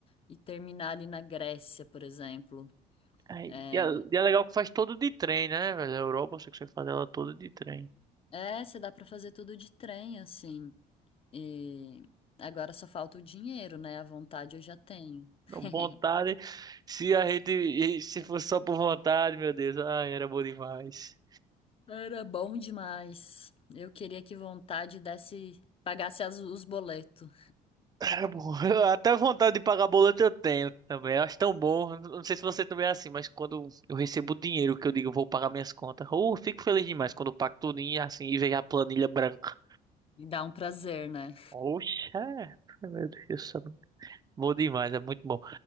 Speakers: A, on the left; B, on the right.
A: e terminar ali na Grécia, por exemplo.
B: é. Aí,
A: É,
B: e é, e é legal que faz todo de trem, né, velho? A Europa, você consegue fazer ela toda de trem.
A: é, você dá pra fazer tudo de trem, assim. E agora só falta o dinheiro, né? A vontade eu já tenho. <laughs>
B: Não, vontade. Se a gente. e Se fosse só por vontade, meu Deus. Ai, era bom demais.
A: Era bom demais. Eu queria que vontade desse, pagasse as- os boletos.
B: Era bom. Eu- Até vontade de pagar boleto eu tenho também. Eu acho tão bom. Eu Não sei se você também é assim, mas quando eu recebo dinheiro que eu digo, eu vou pagar minhas contas. Ou fico feliz demais quando eu pago tudinho assim e vejo a planilha branca.
A: E dá um prazer, né?
B: Oxa, meu Deus do céu. Bom demais, é muito bom.